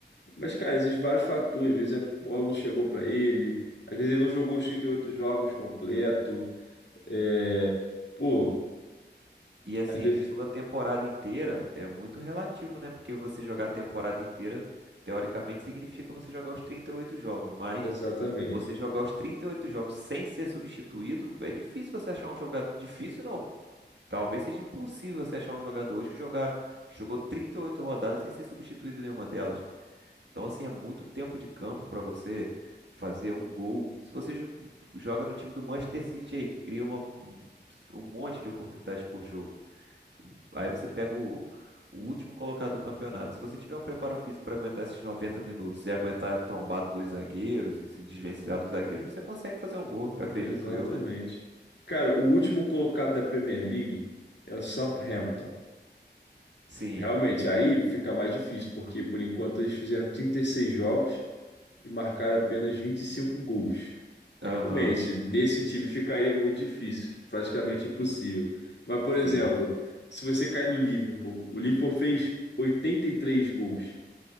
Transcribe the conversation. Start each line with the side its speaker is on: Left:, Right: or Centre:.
Left: Mas, cara, existem vários fatores. Às vezes a bola não chegou para ele, às vezes ele não jogou os 38 jogos completo. É, pô,
Right: E assim,
Left: às vezes.
Right: a questão da temporada inteira é muito relativo, né? Porque você jogar a temporada inteira, teoricamente, significa você jogar os 38 jogos. Mas
Left: Exatamente,
Right: você jogar os 38 jogos sem ser substituído, é difícil você achar um jogador. Difícil não. Talvez seja impossível você achar um jogador hoje que jogar... que jogou 38 rodadas sem ser substituído em nenhuma delas. Então, assim, é muito tempo de campo para você fazer um gol. Se você jo- joga no time do Manchester City aí, que cria uma... um um monte de oportunidades por jogo. Aí você pega o, o último colocado do campeonato. Se você tiver um preparo físico para aguentar esses 90 minutos e aguentar a trombada dos zagueiros e se desvencilhar dos zagueiros, você consegue fazer um gol, acredito
Left: exatamente.
Right: eu, né?
Left: Cara, o último colocado da Premier League é o Southampton.
Right: Sim.
Left: Realmente, aí fica mais difícil, porque por enquanto eles fizeram 36 jogos e marcaram apenas 25 gols.
Right: Aham.
Left: Realmente, desse time ficaria muito difícil, praticamente impossível. Mas, por exemplo,
Right: Sim.
Left: se você cair no Liverpool, o Liverpool fez 83 gols